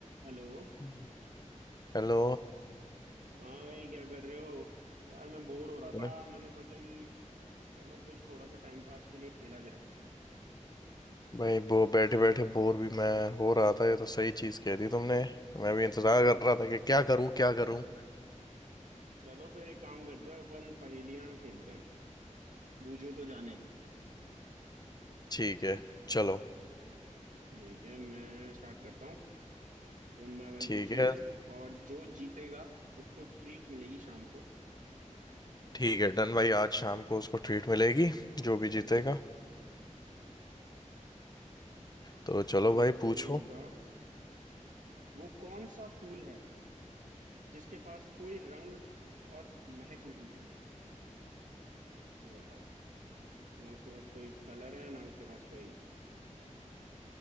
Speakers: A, on the right; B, on the left.
A: हेलो
B: हम्म। Hello
A: हाँ भाई क्या कर रहे हो यार मैं बोर हो रहा
B: ओए
A: था मैंने सोचा कि चलो कुछ थोड़ा सा टाइम पास के लिए खेला जाए
B: भाई वो बैठे बैठे बोर भी मैं हो रहा था ये तो सही चीज कह दी तुमने मैं भी इंतजार कर रहा था कि क्या करूं क्या करूं
A: चलो फिर एक काम करते हैं अपन पहेलियाँ खेलते हैं बूझो तो जाने
B: ठीक है चलो
A: ठीक है मैं स्टार्ट करता हूँ वन बाय वन
B: ठीक
A: पूछेंगे
B: है
A: और जो जीतेगा उसको ट्रीट मिलेगी शाम को
B: ठीक है डन भाई आज शाम को उसको ट्रीट मिलेगी जो भी जीतेगा
A: ठीक है
B: तो चलो
A: चलो
B: भाई पूछो
A: ये बताओ वो कौन सा फूल है जिसके पास कोई रंग और महक नहीं है ये बताओ ना उसके पास कोई कलर है ना उसके पास कोई